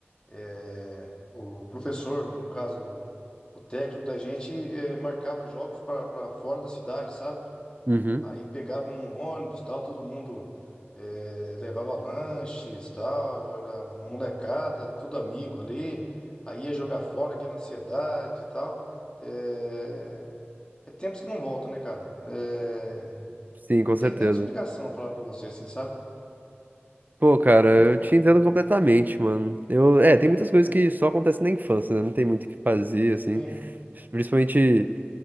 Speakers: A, on the left; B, on the right.
A: é, o professor, no caso o técnico da gente, é, marcava jogos para fora da cidade, sabe?
B: Uhum.
A: Aí pegava um ônibus, tal, todo mundo eh, levava lanches, tal, era uma molecada, tudo amigo ali. Aí ia jogar fora, aquela ansiedade e tal. Eh, É, tempos que não voltam, né, cara? Eh,
B: Sim, com
A: Não tem
B: certeza.
A: nem explicação falar pra você assim, sabe?
B: Pô, cara, eu te entendo completamente, mano. Eu, é, tem muitas coisas que só acontecem na infância, né? Não tem muito o que fazer, assim.
A: Sim,
B: Principalmente